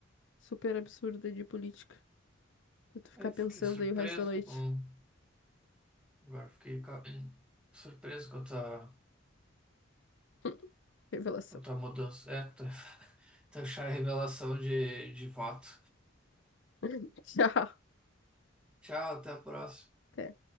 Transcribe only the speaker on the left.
super absurda de política. Pra tu ficar
pensando
aí o resto da noite.
<laughs> Revelação.
<laughs> Tchau.
Até.